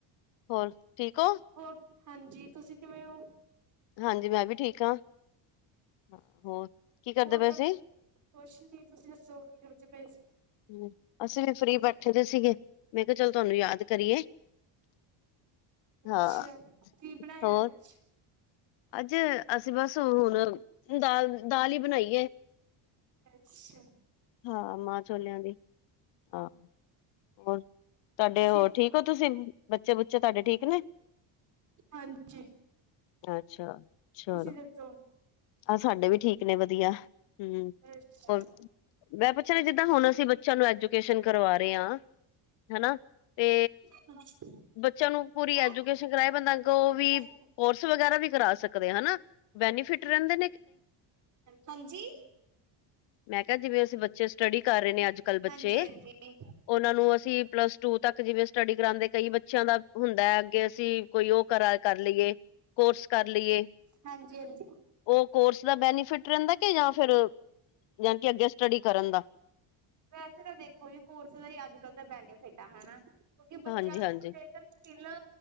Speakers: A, on the left; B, on the right.
A: ਹੋਰ ਠੀਕ ਹੋ
B: ਹੋਰ ਹਾਂਜੀ, ਤੁਸੀਂ ਕਿਵੇਂ ਔ?
A: ਹਾਂਜੀ, ਮੈਂ ਵੀ ਠੀਕ ਆਂ, ਹਾਂ ਹੋਰ। ਕੀ ਕਰਦੇ
B: ਹੋਰ
A: ਪਏ
B: ਤਾਂ
A: ਸੀ
B: ਕੋਛ ਨੀ। ਤੁਸੀਂ ਦੱਸੋ, ਕਿ ਕਰਦੇ ਪਏ ਸੀ?
A: ਹੂੰ, ਅਸੀਂ ਵੀ ਫਰੀ ਬੈਠੇ ਦੇ ਸੀਗੇ, ਮੈਂ ਕਿਆ ਚਲ ਤੁਆਨੂੰ ਯਾਦ ਕਰੀਏ। ਹਾਂ
B: ਅੱਛਾ, ਕੀ ਬਣਾਇਆ
A: ਹੋਰ
B: ਅੱਜ?
A: ਅੱਜ ਅਸੀਂ ਬਸ ਹੁਣ ਦਾਲ, ਦਾਲ ਈ ਬਣਾਈ ਏ।
B: ਐਛਾ।
A: ਹਾਂ, ਮਾਂ ਛੋਲਿਆਂ ਦੀ। ਹਾਂ, ਹੋਰ ਤੁਐਡੇ
B: ਤੁਸੀਂ
A: ਹੋਰ ਠੀਕ ਕੋ ਤੁਸੀਂ ਬੱਚੇ-ਬੁੱਚੇ ਤਾਡੇ ਠੀਕ ਨੇ?
B: ਹਾਂਜੀ
A: ਅੱਛਾ
B: ਤੁਸੀਂ
A: ਚਲੋ,
B: ਦੱਸੋ
A: ਆਹ ਸਾਡੇ ਵੀ ਠੀਕ ਨੇ, ਵਧੀਆ। ਹੂੰ,
B: ਅੱਛਾ
A: ਹੋਰ ਮੈਂ ਪੁੱਛਨਾ ਜਿੱਦਾਂ ਹੁਣ ਅਸੀਂ ਬੱਚਿਆਂ ਨੂੰ ਐਜੂਕੇਸ਼ਨ ਕਰਵਾ ਰੇ ਆਂ ਹਨਾ, ਤੇ
B: <unintelligible>
A: ਬੱਚਿਆਂ ਨੂੰ ਪੂਰੀ
B: ਹੈਂ
A: ਐਜੂਕੇਸ਼ਨ ਕਰਾਏ ਬੰਦਾ ਗੋਹ ਵੀ
B: ਹੈਲੋ
A: ਕੋਰਸ ਵਗੈਰਾ ਵੀ ਕਰਾ ਸਕਦੇ ਆ, ਹਨਾ। ਬੈਨੀਫਿਟ ਰੈੰਦੈ
B: ਹਾਂਜੀ।
A: ਐ ਜਿਵੇਂ ਅਸੀਂ ਬੱਚੇ ਸਟੱਡੀ ਕਰ ਰੇ ਨੇ ਅੱਜਕੱਲ੍ਹ ਬੱਚੇ,
B: ਹਾਂਜੀ ਹਾਂਜੀ
A: ਓਨਾਂ ਨੂੰ ਅਸੀਂ ਪਲੱਸ ਟੂ ਤੱਕ ਜਿਵੇਂ ਸਟੱਡੀ ਕਰਾਂਦੇ, ਕਈ ਬੱਚਿਆਂ ਦਾ ਹੁੰਦਾ ਐ ਅੱਗੇ ਅਸੀਂ ਕੋਈ ਓਹ ਕਰਾ, ਕਰ ਲਈਏ ਕੋਰਸ ਕਰ ਲੀਏ।
B: ਹਾਂਜੀ, ਹਾਂਜੀ।
A: ਉਹ ਕੋਰਸ ਦਾ ਬੈਨੀਫਿਟ ਰੈੰਦਾ ਕਿ ਯਾਂ ਫਿਰ ਯਾਨੀ ਕਿ ਅੱਗੇ ਸਟੱਡੀ ਕਰਨ ਦਾ।
B: ਵੈਸੇ ਤਾਂ ਦੇਖੋ ਜੀ, ਕੋਰਸ ਦਾ ਈ ਅੱਜਕੱਲ੍ਹ ਤਾਂ ਬੈਨੀਫਿਟ ਆ ਹਨਾ, ਕਿਉਂਕਿ
A: ਹਾਂਜੀ
B: ਬੱਚਿਆਂ
A: ਹਾਂਜੀ
B: ਨੂੰ ਜੇਕਰ ਸਕਿੱਲਾ,